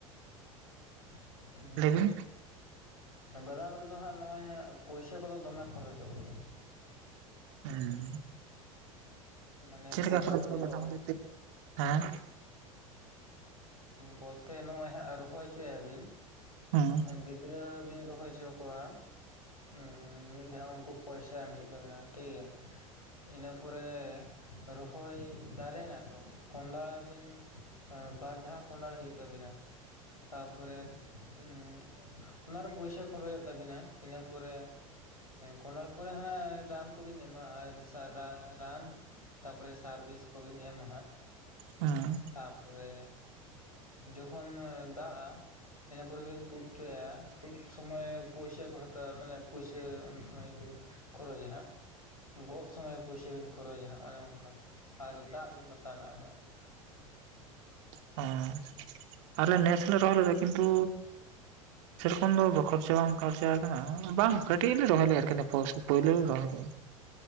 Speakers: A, on the left; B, on the right.
A: <inaudible>
B: ᱞᱟᱹᱭ ᱵᱤᱱ
A: ᱵᱟᱫᱟᱢ ᱨᱮᱫᱚ ᱦᱟᱸᱜ ᱱᱚᱜ-ᱚᱭ ᱦᱟᱸᱜ ᱯᱩᱭᱥᱟᱹ ᱠᱚᱫᱚ ᱫᱚᱢᱮ ᱠᱷᱚᱨᱚᱪᱚᱜ ᱜᱮᱭᱟ᱾
B: ᱦᱩᱸ᱾
A: ᱢᱟᱱᱮ
B: ᱪᱮᱫ ᱞᱮᱠᱟ
A: ᱵᱟᱫᱟᱢ
B: ᱠᱷᱚᱨᱚᱪᱚᱜ
A: ᱫᱚ
B: <unintelligible> ᱦᱮᱸ
A: ᱵᱚᱞᱛᱮ ᱱᱚᱜᱼᱚᱭ ᱦᱟᱸᱜ ᱨᱚᱦᱚᱭ ᱦᱚᱪᱚᱭᱟᱵᱤᱱ
B: ᱦᱩᱸ
A: ᱜᱤᱫᱽᱨᱟᱹ ᱵᱤᱱ ᱨᱚᱦᱚᱭ ᱦᱚᱪᱚ ᱠᱚᱣᱟ ᱦᱸ ᱢᱤᱫ ᱫᱷᱟᱣ ᱩᱱᱠᱩ ᱯᱚᱭᱥᱟ ᱮᱢ ᱦᱳᱭᱳᱜ ᱛᱟᱵᱮᱱᱟ ᱴᱷᱤᱠᱜᱮᱭᱟ ᱤᱱᱟᱹ ᱯᱚᱨᱮ ᱨᱚᱦᱚᱭ ᱫᱟᱨᱮᱱᱟᱛᱚ ᱠᱚᱸᱫᱷᱟᱲᱟ ᱵᱤᱱ ᱵᱟᱨ ᱫᱷᱟᱣ <unintelligible> ᱦᱩᱭᱩᱜ ᱛᱟᱵᱤᱱᱟ ᱛᱟᱯᱚᱨᱮ ᱦᱸ ᱚᱱᱟᱨᱮ ᱯᱚᱭᱥᱟ ᱠᱷᱚᱨᱚᱪᱚᱜ ᱛᱟᱵᱤᱱᱟ ᱤᱱᱟᱹ ᱯᱚᱨᱮ ᱠᱚᱸᱰᱟᱞ ᱯᱚᱨᱮ ᱦᱟᱸ ᱨᱟᱱ ᱠᱚᱵᱤᱱ ᱮᱢᱟ ᱟᱨ ᱨᱟᱱ ᱛᱟᱯᱚᱨᱮ ᱥᱟᱨᱵᱷᱤᱥ ᱠᱚᱵᱤᱱ ᱮᱢᱟ ᱦᱟᱸᱜ
B: ᱦᱮᱸ
A: ᱛᱟᱨᱯᱚᱨᱮ ᱡᱚᱠᱷᱚᱱ ᱫᱟᱜᱼᱟ ᱤᱱᱟᱹ ᱯᱚᱨᱮ ᱵᱤᱱ ᱛᱩᱫ ᱚᱪᱚᱭᱟ ᱛᱩᱫ ᱥᱚᱢᱚᱭ ᱯᱚᱭᱥᱟ ᱠᱚ ᱦᱟᱛᱟᱣᱟ ᱢᱟᱱᱮ ᱯᱩᱭᱥᱟᱹ ᱩᱱ ᱥᱚᱢᱚᱭ ᱵᱤᱱ ᱠᱚᱨᱚᱡᱟ ᱦᱟᱸᱜ ᱜᱚᱜ ᱥᱚᱢᱚᱭ ᱯᱚᱭᱥᱟ ᱵᱤᱱ ᱠᱷᱚᱨᱚᱡ ᱚᱱᱮ ᱚᱱᱠᱟ ᱟᱨ ᱫᱟᱜ ᱫᱤᱱ ᱵᱟᱛᱱᱟᱜ <unintelligible>
B: <inaudible> ᱟᱞᱮ ᱱᱮᱥ ᱞᱮ ᱨᱚᱦᱚᱭ ᱞᱮᱫᱟ ᱠᱤᱱᱛᱩ ᱥᱮᱲ ᱠᱷᱚᱱ ᱫᱚ <unintelligible> ᱥᱮ ᱵᱟᱝ <unintelligible> ᱦᱠᱟᱱᱟ ᱵᱟᱝ ᱠᱟᱴᱤᱡ ᱞᱮ ᱨᱮ ᱨᱚᱦᱚᱭ <unintelligible> ᱯᱩᱭᱞᱩ ᱞᱮ ᱨᱚᱦᱚᱭ ᱞᱮ